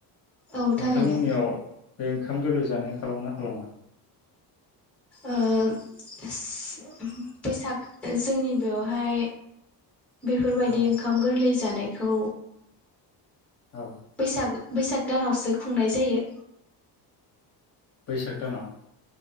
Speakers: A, in the centre; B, on the left.
A: औ थारैनो
B: नोंथांमोननियाव बे ओंखाम गोरलै जानाय खालामो ना खालामा?
A: ओ सि बैसाग ओ जोंनि बेवहाय बेफोरबायदि
B: औ
A: ओंखाम गोरलै जानायखौ
B: औ
A: बैसागो बैसाग दानावसो खुंनाय जायो।
B: बैसाग दानाव